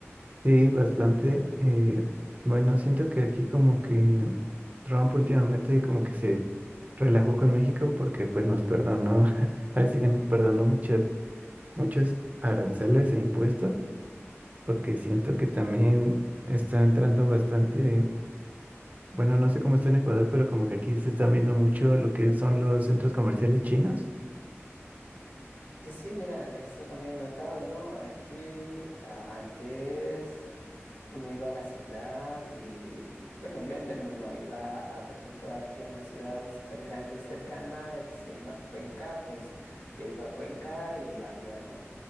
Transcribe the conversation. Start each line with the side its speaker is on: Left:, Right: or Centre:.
Right: sí, bastante. eh, bueno, siento que aquí como que Trump últimamente como que se relajó con México porque pues nos perdonó, <laughs> parece que nos perdonó muchas muchos aranceles e impuestos, porque siento que también está entrando bastante, bueno, no sé cómo está en Ecuador, pero como que aquí se están viendo mucho lo que son los centros comerciales chinos
Left: Sí, sí, mira, eso también he notado, ¿no? Aquí ah, antes uno iba a la ciudad y, bueno, yo al menos no iba a, por ejemplo, aquí a una ciudad súper grande cercana eh, que se llama Cuenca, pues yo iba a Cuenca y había, ¿no?